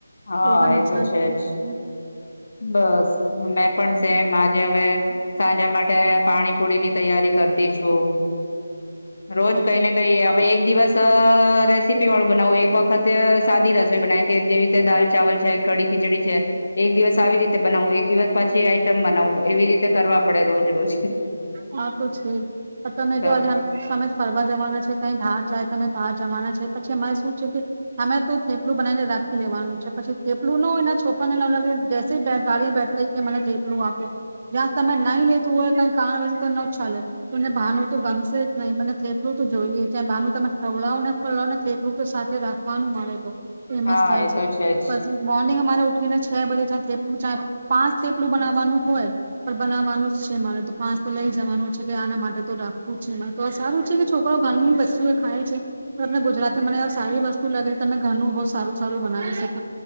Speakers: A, on the left; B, on the right.
A: હા
B: લોકોને નુકસાન
A: એ તો છે
B: નથી
A: જ
B: આપતું
A: બસ મેં પણ સેમ આજે હવે સાંનયા માટે પાણીપુળી ની તૈયારી કરતી છું. રોજ
B: ઓકે
A: કઈ ને કઈ હ એક દિવસ રેસીપી વાળું બનાવું એક વખતે સાદી રસોઈ બનાવી કે જેવી રીતે દાલ ચાવલ છે કડી ખીચડી છે એક દિવસ આવી રીતે બનાવવું એક દિવસ પછી આઈટમ બનાવવું એવી રીતે કરવા પડે રોજ રોજ
B: હા તો છે જ પણ તમે
A: તો
B: જો આજે અમે ફરવા જવાના છે કઈ ધાર જાય તમે બહાર જવાના છે પછી અમારે શું છે કે અમે તો થેપલું બનાવીને રાખી લેવાનું છે પછી થેપલું નો એના છોકરા ને લગે જ ગાડી બેઠ કે મને થેપલું આપો જ્યાં સમય નહી લતું હોય ત કારણ વજે ન ચાલે તને ભાાનુ તો ગમશે જ નહીં મને થટલું તો જોઈએ ત્યા ભાનું તમે ખવડાવો ને ખોડો ને થેટલું તો સાથે રાખવાનું મળે તો ફેમસ
A: હા
B: થાય
A: એ
B: છે
A: તો જ
B: પછી રે ઉઠને છ બે થેલું પાંચ થેપલું બનાવવાનું હોય પણ બનાવાનું જ છે મારે તો પાંચ તો લઈ જવાનું છે કે આના માટે તો રાખવું છે એમાં તો સારું છે કે છોકરો ઘરની શું એ ખાય છે તમને ગુજરાતી મને સારી વસ્તુ લાગે તમે ઘરનું બહુ સારું સારું બનાવી શકી